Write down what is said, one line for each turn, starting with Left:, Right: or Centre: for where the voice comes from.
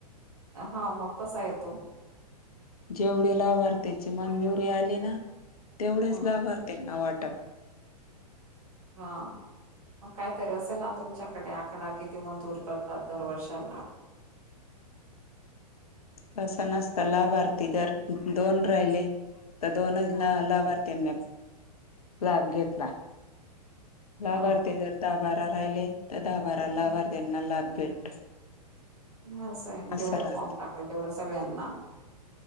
Right: हा मग कसा आहे तो
Left: जेवढे लाभार्थीची मंजुरी आली ना तेवढेच
Right: हम्म
Left: लाभार्थी त्यांना वाटप
Right: हा मग कायतरी असेल ना तुमच्याकडे आकडा किती मंजूर करतात दरवर्षाला
Left: तं नसत लाभारथी जर दोन राहिले तर दोनच
Right: हम्म
Left: ना लाभार्थीनी लाभ घेतला लाभार्थी
Right: हा
Left: जर दहा बारा राहिले तर दहा बारा
Right: हम्म.
Left: लाभार्थ्यांना लाभ भेटतो
Right: ह आहे
Left: असं
Right: जेवढे
Left: राहत
Right: फॉर्म टाकले तेवढं सगळ्यांना